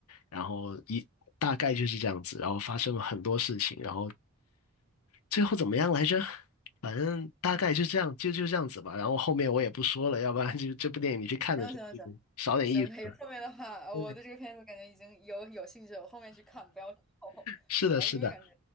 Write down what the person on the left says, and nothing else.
然后一大概就是这样子，然后发生了很多事情，然后最后怎么样来着？反正大概就这样，就就这样子吧。然后后面我也不说了，要不然就这部电影你去看的时候就少点意思。
对，
是的，
是的，